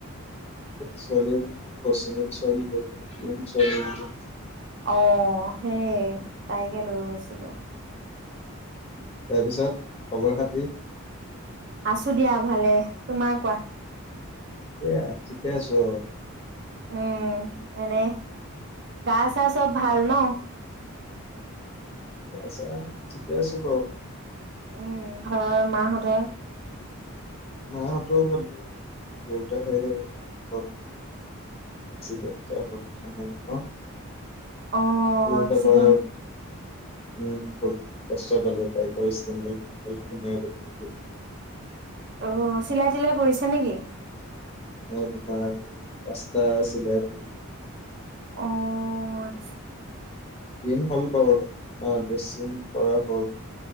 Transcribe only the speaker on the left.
ছোৱালী এজনী বোলো অচিনাকী ছোৱালী লৈ গ'লা কোন ছোৱালী বুলো।
তাৰ পিছত খবৰ খাটি।
এইয়া থিকে আছো আৰু।
গা চা ঠিকেই আছো বাৰু।
মা হতৰ ভালেই দেউতাহে। <unintelligible> একচ্চিদেন্ত এটা হ'ল। <unintelligible>
এই
তাৰপৰা উম ভৰিত কষ্ট পালে বাইকৰ ষ্টেণ্ডডাল গোটেই ডাল সোমাই গ'ল গৈ ভৰিত।
অ' তোমাৰ পাঁচতা চিলাই পৰিছে।
দিন হ'ল বাৰু অলপ। <unintelligible> কৰা হ'ল।